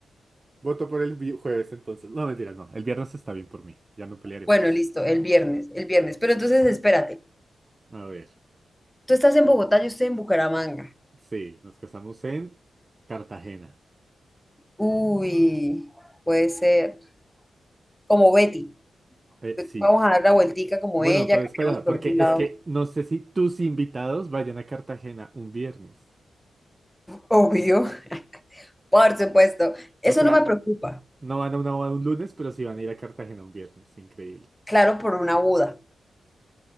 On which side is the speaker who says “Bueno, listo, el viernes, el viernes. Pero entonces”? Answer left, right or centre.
Centre